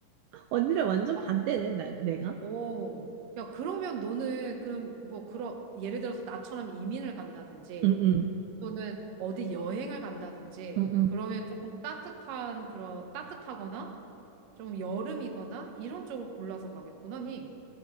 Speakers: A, on the right; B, on the right.
A: 언니랑 완전
B: 와,
A: 반대네, 나, 내가.
B: 오. 야, 그러면 너는 그럼 뭐 그런 예를 들어서 나처럼 이민을 간다든지
A: 응응,
B: 또는 어디 여행을 간다든지
A: 응응.
B: 그러면 조금 따뜻한 그런 따뜻하거나 좀 여름이거나 이런 쪽을 골라서 가겠구나, 니.